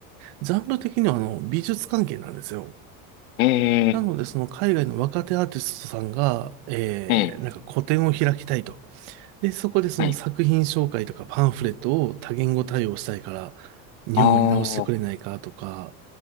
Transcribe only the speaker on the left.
え
ー、えー、
はい、
ああは